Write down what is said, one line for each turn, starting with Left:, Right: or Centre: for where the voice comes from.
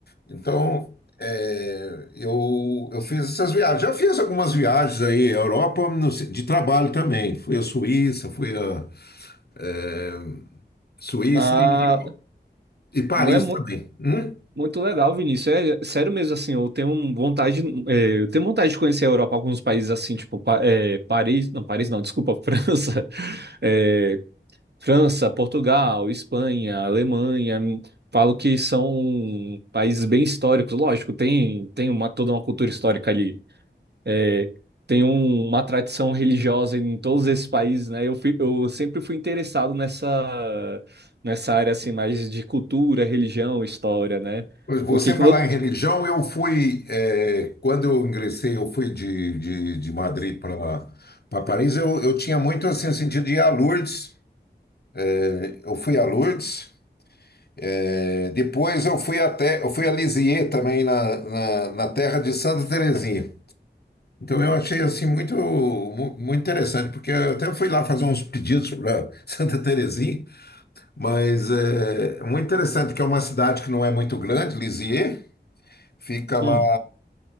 Left: então, é, eu, eu fiz essas viagens. Já fiz algumas viagens aí, à Europa, no se- de trabalho também. Fui à Suíça, fui à é, Suíça
Right: Ah,
Left: e, e Paris
Right: não é mu-
Left: também. Hum?
Right: muito legal, Vinícius. É é sério mesmo, assim, eu tenho um- vontade, é, eu tenho vontade de conhecer a Europa, alguns países assim, tipo, Pa- é, Paris, não, Paris não, desculpa, <laughs> França, É, França, Portugal, Espanha, Alemanha, hum, falo que são países bem históricos. Lógico, tem, tem uma, toda uma cultura histórica ali. É, tem um- uma tradição religiosa em todos esses países, né? Eu, fui- eu sempre fui interessado nessa, nessa área assim, mais de cultura, religião, história, né?
Left: Você
Right: O que que
Left: falar
Right: vo-
Left: em religião, eu fui, é, quando eu ingressei, eu fui de, de, de Madrid para para Paris, eu, eu tinha muito assim, sentido de ir a Lourdes. É, Eu fui a Lourdes, é, depois eu fui até, eu fui a Lisieux também, na, na, na terra de Santa Terezinha. Então eu achei assim muito mu- muito interessante, porque eu até fui lá fazer uns pedidos para <laughs> Santa Terezinha, mas é é muito interessante que é uma cidade que não é muito grande, Lisieux, fica
Right: Hum,
Left: lá